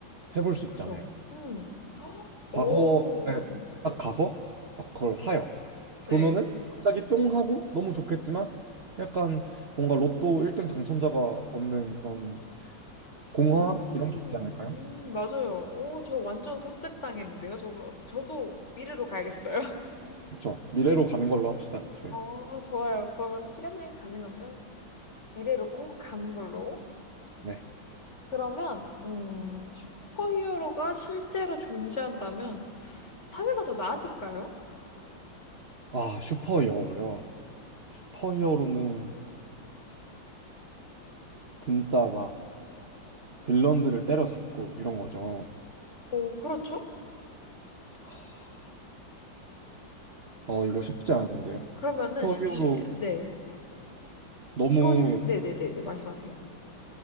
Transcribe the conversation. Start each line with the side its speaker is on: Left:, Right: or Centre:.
Right: 해볼 수
Left: 그죠?
Right: 있잖아요.
Left: 음, <gasps> 헉,
Right: 과거에
Left: 오.
Right: 딱 가서 막 그걸 사요.
Left: 네.
Right: 그러면은 갑자기 뿅 하고 너무 좋겠지만 약간 뭔가 로또 1등 당첨자가 얻는 그런 공허함
Left: 음,
Right: 이런 게 있지 않을까요?
Left: 음, 맞아요. 오, 저 완전 설득당했는데요. 저거, 저도 미래로 가야겠어요. <laughs>
Right: 그쵸. 미래로 가는 걸로 합시다, 저희.
Left: 어, 좋아요. 그러면 시간 여행 가능하면 미래로 꼭 가는 걸로.
Right: 네.
Left: 그러면, 음, 슈퍼히어로가 실제로 존재한다면 사회가 더 나아질까요?
Right: 아, 슈퍼히어로요. 슈퍼히어로는 진짜 막 빌런들을 때려잡고 이런 거죠.
Left: 오, 그렇죠?
Right: 하, 어, 이거
Left: 그,
Right: 쉽지 않은데요.
Left: 그러면은,
Right: 슈퍼히어로
Left: 이, 네.
Right: 너무
Left: 이곳에, 네네네네, 말씀하세요.